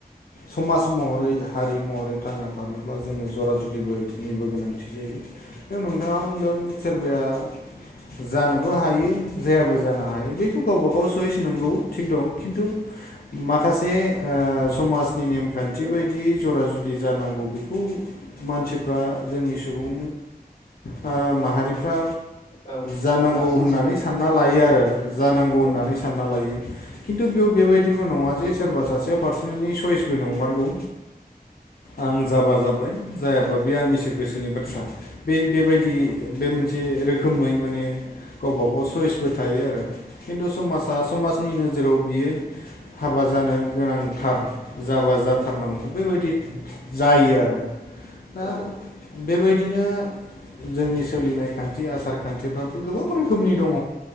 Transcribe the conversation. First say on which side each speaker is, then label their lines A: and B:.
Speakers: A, on the left (about 70°); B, on the left (about 50°).
A: समाज महरै हारि महरै थांना थानोब्ला जोंङो जरा जुलिबोनिबो गोनांथि जायो। <unintelligible> नोंथांङा बुंदों सोरबाया जानोबो हायो जायाबो जानो हायो बेथ' गावबा गाव चयस नंगौ थिग दं खिन्थु माखासे ओ समाजनि नेमखान्थि
B: नंगौ
A: बायदि जरा जु लि जानांगौ बेखौ मानसिफ्रा जोंनि सुबुं ओ माहारिफ्रा
B: औ
A: जानांगौ
B: नारसिनसिनो
A: होननानै सानना
B: औ
A: लायो आरो जानांगौ होननानै
B: औ
A: सानना लायो। खिन्थु बेयाव
B: नंगौ
A: बेबायदिबो नंङा जे सोरबा सासेया पार्सनेेलनि सयसबो नंङा। आं जाबा जाबाय जायाबा बे आंनिसो गोसोनि बाथ्रा। बे बेबायदि
B: नंगौ
A: बे मोनसे रोखोमै माने गावबा गाव सइसबो थायो आरो खिन्थु समाजा समाजनि नोजोराव बियो हाबा जानो गोनांथार जाबा जाबा जाथारनांगौ बेबायदि जायो आरो दा
B: नंगौ
A: बेबायदिनो जोंनि सोलिनाय खान्थि, आसार-खान्थिफ्राबो गोबां रोखोमनि दंङ।